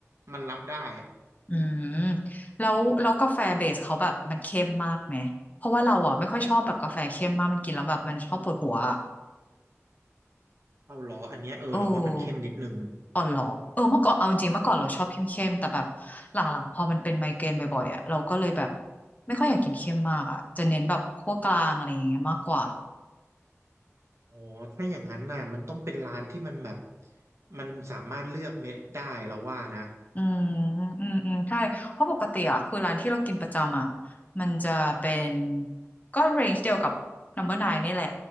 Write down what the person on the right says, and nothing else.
มันรับได้อ่ะ
เอาเหรออันเนี้ยเออเราว่ามันเข้มนิดนึง
อืม
อ๋อถ้าอย่างนั้นน่ะมันต้องเป็นร้านที่มันแบบมันสามารถเลือกเม็ดได้เราว่านะ